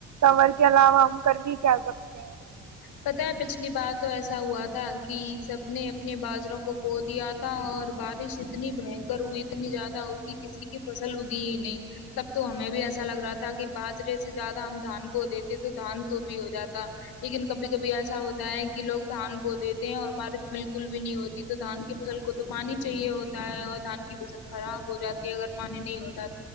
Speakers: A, on the right; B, on the left.
A: سور کے علاوہ ہم کر بھی کیا سکتے ہیں
B: پتا ہے پچھلی بار تو ایسا ہوا تھا کہ سب نے اپنے باجروں کو بو دیا تھا اور بارش اتنی بنکر ہوئی اتنی زیادہ ہوئی کہ کسی کی فصل اگی ہی نہیں تب تو ہمیں بھی ایسا لگ رہا تھا کہ باجرے سے زیادہ ہم دھان بو دیتے تو دھان تو بھی ہو جاتا لیکن کبھی کبھی ایسا ہوتا ہے کہ لوگ دھان کو دیتے ہیں اور بارش بالکل بھی نہیں ہوتی تو دھان کی فصل کو تو پانی چاہیے ہوتا ہے اور دھان کی وزن خراب ہو جاتی ہے اگر پانی نہیں ہوتا